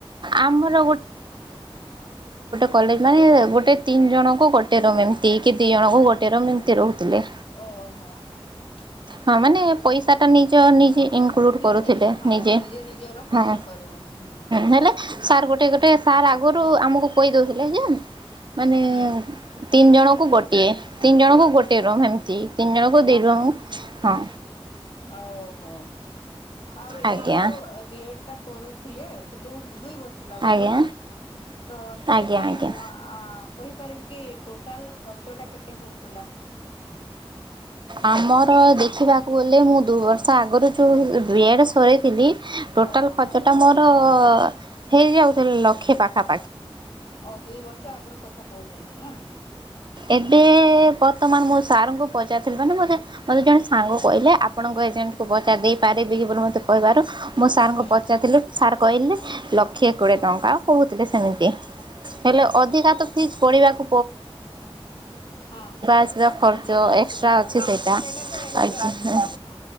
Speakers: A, on the right (about 50°); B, on the left (about 65°).
A: ଆମର କଲେଜ୍ ମାନେ ଗୋଟେ ତିନ୍ ଜଣଙ୍କୁ ଗୋଟେ ରମ୍ ଏମତି କି ଦି ଜଣଙ୍କୁ ଗୋଟେ ରମ୍ ଏମତି ରହୁଥିଲେ।
B: ଓହୋ। ହଁ ହଁ
A: ହଁ ମାନେ ପଇସା ଟା ନିଜ ନିଜେ ଇନକ୍ଲୁଡ
B: ହଁ
A: କରୁଥିଲେ
B: ଯେ ହଁ
A: ନିଜେ
B: ନିଜର ଖର୍ଚ୍ଚ
A: ହଁ
B: କରିବ ହୁଁ
A: ହେଲେ ସାର୍ ଗୋଟେ ଗୋଟେ ସାର୍ ଆଗରୁ ଆମକୁ କହି ଦୋଉଥିଲେ ଯେ ମାନେ
B: ହୁଁ
A: ତିନ୍ ଜଣ ଗୋଟିଏ ତିନି ଜଣଙ୍କୁ ଗୋଟିଏ
B: ଅ
A: ରୁମ୍ ଏମିତି ତିନି ଜଣଙ୍କୁ ଦି ଜଣଙ୍କୁ। ହଁ।
B: ଓହୋ ଆଉ ଏଇ
A: ଆଜ୍ଞା
B: ଯୋଉ ବିଏଡ୍ ତା କରୁଥିଲେ। ଦୁଇ ଦୁଇ ବର୍ଷ ଲାଗୁଥିଲା
A: ଆଜ୍ଞା
B: ନା ତ ସେଥିପାଇଁ
A: ଆଜ୍ଞା ଆଜ୍ଞା।
B: ଆଁ ଆ କହିପାରିବି ଟୋଟାଲ ଖର୍ଚ ଟା କେତେ ହଉଥୁଲା?
A: ଆମର ଦେଖିବାକୁ ଗଲେ ମୁଁ ଦୁଇ ବର୍ଷ ଆଗରୁ ଯେଉଁ ବି ଏଡ଼୍ ସରେଇଥିଲି ଟୋଟାଲ୍
B: ଓହୋ
A: ଖର୍ଚ୍ଚ ଟା ମୋର ଓ ହେଇଯାଉ ତାଲେ ଲକ୍ଷେ ପାଖା
B: ଓ ଦୁଇ ବର୍ଷ ଆଗରୁ କଥା କୋହୁଛନ୍ତି ନା।
A: ଏବେ ବର୍ତ୍ତମାନ ମୁଁ ସାର୍ଙ୍କୁ ପଚାରିଥିଲିାନେ ମୋତେ ମୋତେ ଜଣେ ସାଙ୍ଗ କହିଲେ ଆପଣଙ୍କ ଏଜେଣ୍ଟ୍ କୁ ପଚାର ଦେଇ ପାରିବି କି ବୋଲି ମତେ କହିବାରୁ। ମୋ ସାର୍ଙ୍କ
B: ହୁଁ
A: ପଚାରଥିଲୁ ସାର୍ କହିଲେ ଲକ୍ଷେ କୋଡିଏ ଟଙ୍କା କହୁଥିଲେ ସେମିତି ହେଲେ
B: ଓ
A: ଅଧିକା ତ କି ପଢିବାକୁ
B: ହଁ
A: ଆସିବା ଖର୍ଚ୍ଚ
B: ଯିବା ଆସିବା
A: ଏକ୍ସଟ୍ରା ଅଛି
B: ହଁ ସେଇଟା
A: ଯିବା
B: ତ ଏକ୍ଟ୍ରା ଅଛି
A: ଆସିବା
B: ନା ହଁ